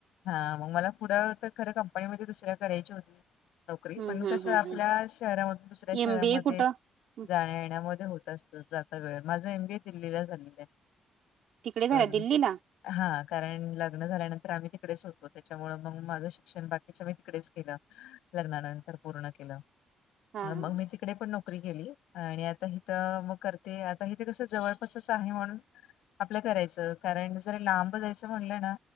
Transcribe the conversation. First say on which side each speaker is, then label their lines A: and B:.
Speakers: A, on the left; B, on the right.
A: हा मग मला पुढं तर खरं कंपनीमध्ये दुसऱ्या करायची होती नोकरी
B: हम्म
A: पण
B: हम्म
A: कसं
B: हम्म
A: आपल्या
B: हम्म
A: शहरामधून दुसऱ्या शहरामध्ये
B: एम बी ए कुठं हं,
A: जाण्या येण्यामध्ये होत असत जास्त वेळ माझं एम बी ए दिल्लीला झालेलं आहे
B: तिकडे झालं
A: बरं
B: दिल्लीला
A: हा कारण लग्न झाल्यानंतर आम्ही तिकडेच होतो त्याच्यामुळे मग माझं शिक्षण बाकीचं मी तिकडेच केलं लग्नानंतर पूर्ण केलं
B: हा
A: आणि
B: हा
A: मग मी ती कडे पण नोकरी केली आणि आता हिथ मग करते आता हिथे कस जवळपासच आहे म्हणून आपलं करायचं कारण जरा लांब जायचं म्हणलं ना